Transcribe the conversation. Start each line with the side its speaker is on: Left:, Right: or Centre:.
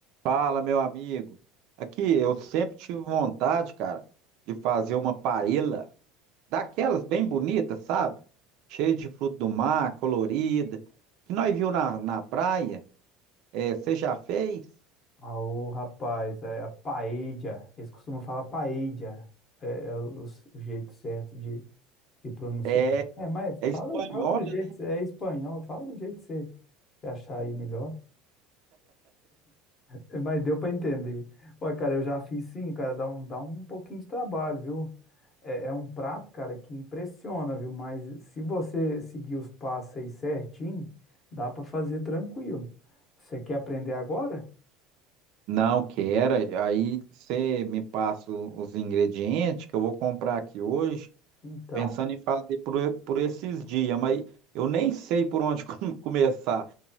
Right: Fala, meu amigo. Aqui, eu sempre tive vontade, cara, de fazer uma paella daquelas bem bonitas, sabe? Cheia de fruto do mar, colorida, que nós viu na, na praia. É, você já fez?
Left: Ô, rapaz, é a paella. Eles costumam falar paella. É, é o, o jeito certo de, de pronunciar.
Right: É,
Left: É, mas
Right: é espanhola,
Left: fala, fala do jeito,
Right: né?
Left: é espanhol, fala do jeito que você, você achar aí melhor. É, Mas deu para entender. Olha, cara, eu já fiz sim, cara, dá um, dá um pouquinho de trabalho, viu? É, é um prato, cara, que impressiona, viu? Mas se você seguir os passos aí certinho, dá para fazer tranquilo. Você quer aprender agora?
Right: Não, quero. Aí você me passa o- os ingredientes que eu vou comprar aqui hoje,
Left: Então.
Right: pensando em fazer por, por esses dias, mas eu nem sei por onde <laughs> começar.